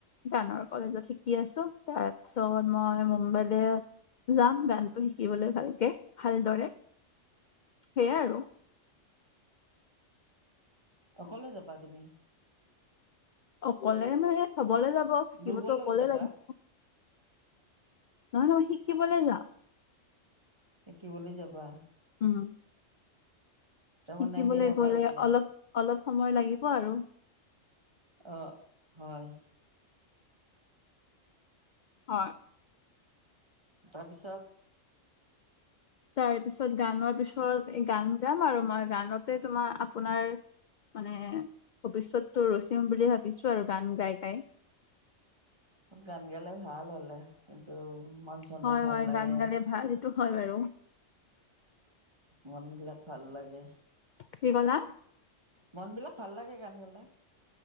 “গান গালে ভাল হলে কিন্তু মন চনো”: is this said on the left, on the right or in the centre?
Right